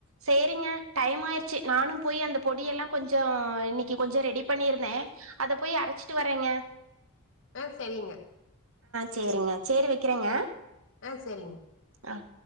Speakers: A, on the right; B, on the left.
A: சேரிங்க டைம் ஆயிருச்சு நானும் போய் அந்த பொடிய எல்லாம் கொஞ்சம் இன்னைக்கு கொஞ்சம் ரெடி பண்ணியிருந்தேன் அத போய் அரைச்சிட்டு வரேங்க
B: உம் செரிங்க
A: செரிங்க செரி வைக்றேங்க
B: ஆஹ செரிங்க
A: ஆஹ்